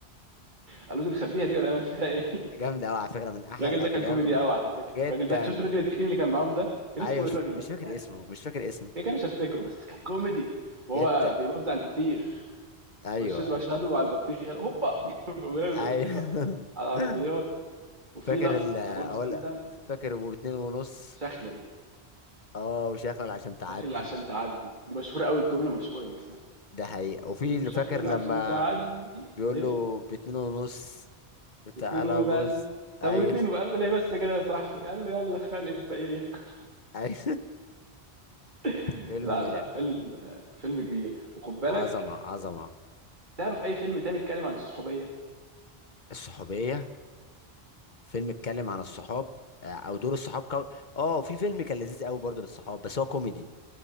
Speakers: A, on the right; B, on the left.
A: قالوا دي نخبيها دي ولا انا فيها ايه
B: <laughs>
A: <laughs>
B: جامد قوي على فكره من احلى
A: الراجل
B: الافلام
A: ده كان كوميدي قوي على فكره
B: جدا
A: الراجل ده شفت الراجل التخين اللي كان معاهم ده كان
B: ايوه
A: اسمه
B: مش
A: ايه الراجل
B: ف... مش
A: ده مش
B: فاكر
A: عارف
B: اسمه مش فاكر اسمه
A: كده كده مش هفتكره بس كان كوميدي وهو
B: جدا
A: بيوزع البطيخ
B: ايوه
A: مشيت مشهدهم على البطيخ يلا هوبا <laughs> ورمي
B: ايوه
A: بطيخه على العربيات
B: <laughs>
A: وفي
B: فاكر
A: لقطه
B: ال اقول
A: برضو جامده
B: لك، فاكر وباتنين ونص
A: شخلل
B: اه وشغل عشان تعدي
A: شخلل عشان تعدي دي مشهوره قوي الجمله مشهوره نفسها
B: ده حقيقة وفي
A: قال
B: اللي
A: له شخلل
B: فاكر لما
A: عشان تعدي
B: بيقول
A: ايه
B: له باتنين ونص وتعالى
A: اتنين وبس
B: بص ايوه
A: طب واتنين وقال له ليه بس كده يا صاحبي قال له يلا خلي الفقير ياكل
B: ايوه
A: <laughs>
B: <laughs> فيلم
A: لا لا فيلم فيلم كبير وخد بالك
B: عظمة عظمة
A: تعرف اي فيلم تاني اتكلم عن الصحوبيه
B: الصحوبية فيلم اتكلم عن الصحاب آه، او دور الصحاب كو... اه في فيلم كان لذيذ قوي برضه للصحاب بس هو كوميدي